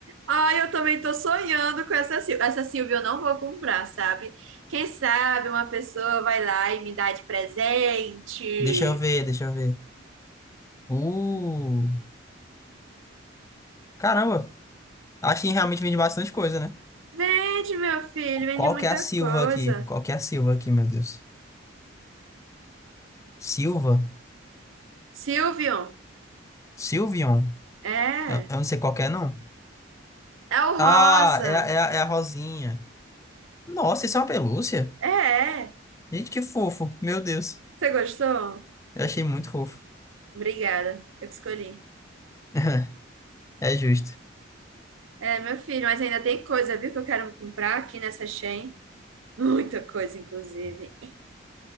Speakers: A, on the right (about 80°); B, on the left (about 15°).
A: Ai, eu também tô sonhando com essa Silvia. Essa Silvia eu não vou comprar, sabe? Quem sabe uma pessoa vai lá e me dá de presente.
B: Deixa eu ver, deixa eu ver. Uh, caramba. Acho que realmente vende bastante coisa, né?
A: Vende, meu filho, vende
B: Qual
A: muita
B: que é a Silva
A: coisa.
B: aqui? Qual que é a Silva aqui, meu Deus? Silva?
A: Silvio,
B: Silvion?
A: é.
B: Eu, eu não sei qual que é, não.
A: É o rosa.
B: Ah, é, a- é, a- é a Rosinha. Nossa, isso é uma pelúcia?
A: É, é.
B: Gente, que fofo. Meu Deus.
A: Você gostou?
B: Eu achei muito fofo.
A: Obrigada, eu que escolhi.
B: <laughs> É justo.
A: É, meu filho, mas ainda tem coisa, viu, que eu quero comprar aqui nessa Shein. Muita coisa, inclusive.